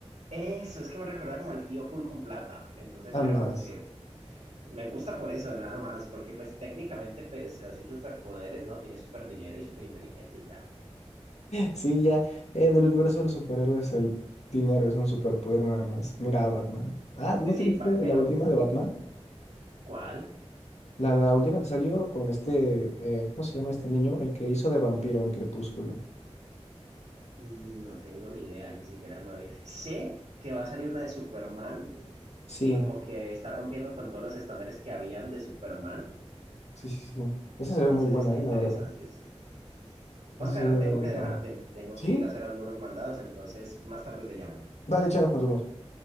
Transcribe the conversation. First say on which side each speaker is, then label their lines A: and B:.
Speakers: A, on the right (about 80°); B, on the left (about 80°).
A: Eso, es que me recuerda como al tío cool con plata. Entonces
B: Andas.
A: yo era como que
B: <laughs>
A: me gusta por eso, nada más, porque pues técnicamente, pues así superpoderes, ¿no? Tiene super dinero y super inteligencia y ya.
B: Sí, ya, eh, en el universo de los superhéroes el dinero es un superpoder nada más. Mira a Batman. Ah, ¿no
A: Sí,
B: te viste
A: pero
B: la última de Batman?
A: ¿cuál?
B: La, la última que salió con este, eh, ¿cómo se llama este niño? El que hizo de vampiro en Crepúsculo.
A: No tengo ni idea, ni siquiera me había... Sé que va a salir una de Superman,
B: Sí,
A: que como que está rompiendo con todos los estándares que habían de Superman,
B: sí, sí, sí. Esa
A: entonces
B: se ve muy buena,
A: está
B: eh,
A: interesante,
B: la verdad.
A: sí. Oscar,
B: Esa se ve muy
A: tengo que
B: padre.
A: dejarte, tengo
B: ¿Sí?
A: que ir a hacer algunos mandados, entonces más tarde te llamo.
B: Vale, chao, nos vemos.